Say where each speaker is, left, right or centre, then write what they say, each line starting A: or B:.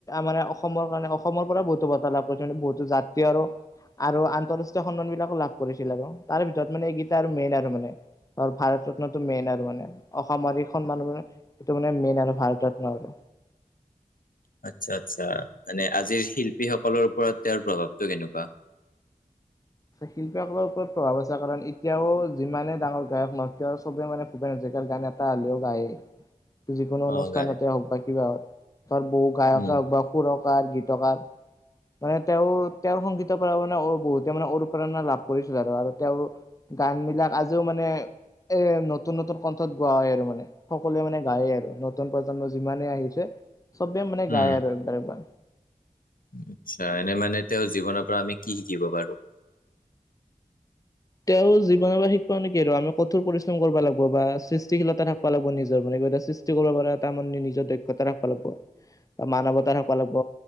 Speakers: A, on the left; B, on the left.
A: মানে অসমৰ কাৰণে অসমৰ পৰা বহুতো বটাঁ লাভ কৰিছিল। বহুতো যাত্ৰী আৰু আৰু আন্তৰাষ্ট্ৰীয় সন্মান বিলাকো লাভ কৰিছিল। আৰু তাৰে ভিতৰত মানে এইগিটা আৰু মেইন আৰু মানে। ত ভাৰত ৰত্নটো মেইন আৰু মানে অসমৰ অধিক খন মানুহে এইটো মানে মেইন ভাৰত ৰত্ন আৰু
B: আচ্ছা, আচ্ছা, মানে আজিৰ শিল্পীসকলৰ ওপৰত তেওঁৰ প্ৰভাৱটো কেনেকুৱা? <inaudible>
A: শিল্পীসকলৰ ওপৰত প্ৰভাৱ আছে। কাৰণ এতিয়াও যিমানে ডাঙৰ গায়ক নহক কিয় চবে মানে ভূপেন হাজৰিকা তেওঁৰ গান এটা হ'লেও গায়ে।
B: <inaudible>
A: যিকোনো
B: অ',
A: অনুষ্ঠানতে
B: গাই
A: হওঁক, বা কিবা হওঁক ধৰ বহু গায়কে
B: উম,
A: হওঁক বা সুৰক বা গীতকাৰ মানে তেওঁৰ তেওঁ সংগীতৰ পৰা মানে অ বহুতে মানে প্ৰেৰণা লাভ কৰিছিল আৰু আৰু তেওঁৰ গান বিলাক আজিও মানে এ নতুন নতুন কণ্ঠত গোৱা হয় আৰু মানে। সকলোৱে মানে গায়ে, আৰু নতুন প্ৰজন্ম যিমানে আহিছে। চবে মানে
B: উম,
A: গায় আৰু একবাৰ একবাৰ।
B: আচ্ছা এনে মানে তেওঁৰ জীৱনৰ পৰা আমি কি শিকিব পাৰোঁ?
A: তেওঁ জীৱনৰ পৰা শিকব মানে কি আৰু আমি কঠোৰ পৰিশ্ৰম কৰবা লাগব। বা সৃষ্টিশীলতা থাকব লাগব নিজৰ মানে কিবা এটা সৃষ্টি কৰিবা পাৰা তাৰ মানে নিজৰ দক্ষতা থাকব লাগব বা মানৱতা থাকব লাগব।